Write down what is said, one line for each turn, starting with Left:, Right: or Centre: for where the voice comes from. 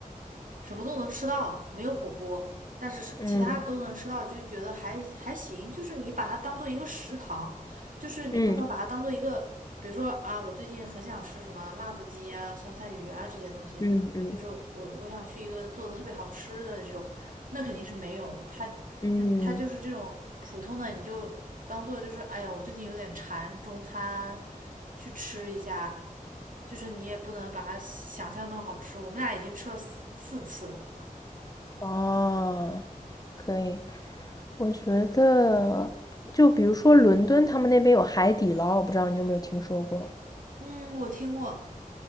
Right: 什么都能吃到，没有火锅，但是是其他都能吃到，
Left: 嗯
Right: 就觉得还还行。就是你把它当做一个食堂，就是你不能把它当做一个，
Left: 嗯
Right: 比如说啊，我最近很想吃什么辣子鸡啊、酸菜鱼啊这些东西，
Left: 嗯嗯。
Right: 就是我我想去一个做的特别好吃的这种，那肯定是没有的。它它它就是这种普通的，
Left: 嗯，
Right: 你就。当做就是哎呀，我最近有点馋中餐，去吃一下。就是你也不能把它想象那么好吃，我们俩已经吃了四四次了
Left: 哦，可以。我觉得，就比如说伦敦，他们那边有海底捞，我不知道你有没有听说过。
Right: 嗯，我听过。